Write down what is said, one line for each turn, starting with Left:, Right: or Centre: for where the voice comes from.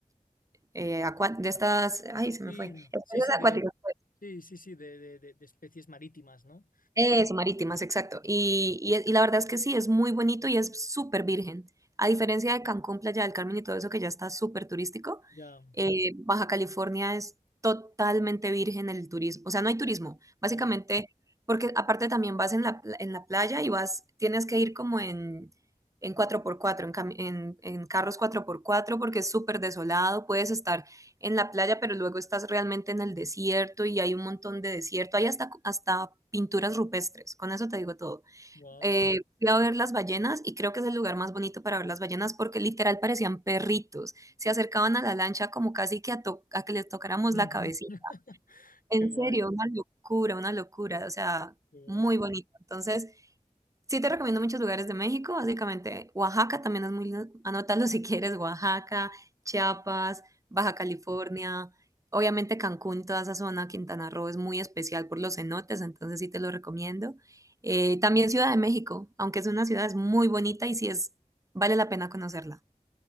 Right: eh, acua- de estas, ay, se
Left: Sí,
Right: me fue, especies
Left: sí, sí, de,
Right: acuáticas.
Left: sí, sí, sí, de, de- de- de especies marítimas, ¿no?
Right: Eso, marítimas, exacto. Y, y- y la verdad es que sí, es muy bonito y es súper virgen. A diferencia de Cancún, Playa del Carmen y todo eso que ya está súper turístico,
Left: Ya,
Right: eh, Baja California es totalmente virgen el turismo. O sea, no hay turismo. Básicamente,
Left: ya.
Right: porque aparte también vas en la, pla- en la playa y vas, tienes que ir como en, en cuatro por cuatro en, cami- en, en carros cuatro por cuatro porque es súper desolado. Puedes estar en la playa, pero luego estás realmente en el desierto y hay un montón de desierto. Hay hasta, hasta pinturas rupestres, con eso te digo todo.
Left: Wow.
Right: Eh, fui a ver las ballenas y creo que es el lugar más bonito para ver las ballenas porque literal parecían perritos. Se acercaban a la lancha como casi que a, to- a que les tocáramos
Left: Ujú.
Right: la cabecita.
Left: <laughs>
Right: En
Left: Qué guay,
Right: serio, una locura, una locura, o sea,
Left: qué guay.
Right: muy bonito. Entonces, Sí, te recomiendo muchos lugares de México, básicamente Oaxaca también es muy lindo, anótalo si quieres, Oaxaca, Chiapas, Baja California, obviamente Cancún, toda esa zona, Quintana Roo es muy especial por los cenotes, entonces sí te lo recomiendo. Eh, también Ciudad de México, aunque es una ciudad es muy bonita y sí es, vale la pena conocerla.